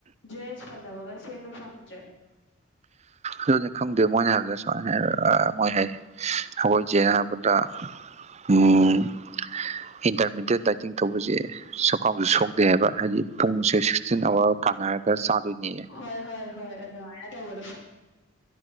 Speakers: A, on the left (about 60°); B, on the right (about 30°).
A: ꯗ꯭ꯔꯦꯁ ꯐꯖꯕꯒ ꯁꯦꯠꯄ ꯐꯪꯗ꯭ꯔꯦ
B: ꯑꯗꯨꯅꯤ ꯈꯪꯗꯦ ꯃꯣꯏꯅ ꯍꯥꯏꯕꯖꯦ ꯁꯨꯃꯥꯏꯅ ꯑꯥ ꯃꯣꯏ ꯍꯥꯏ ꯑꯩꯈꯣꯏꯖꯦꯅ ꯍꯥꯏꯕꯗ ꯎꯝ ꯏꯟꯇꯔꯃꯤꯗꯦꯠ ꯗꯥꯏꯇꯤꯡ ꯇꯧꯕꯖꯦ ꯆꯈꯥꯎꯁꯨ ꯁꯣꯛꯗꯦ ꯍꯥꯏꯕ ꯍꯥꯏꯗꯤ ꯄꯨꯡꯁꯦ ꯁꯤꯛꯁꯇꯤꯟ ꯑꯋꯥꯔ ꯀꯥꯟꯅꯔꯒ ꯆꯥꯗꯣꯏꯅꯦ
A: ꯍꯣꯏ ꯍꯣꯏ ꯍꯣꯏ ꯑꯗꯨꯃꯥꯏꯅ ꯇꯧꯕꯗꯣ ꯐ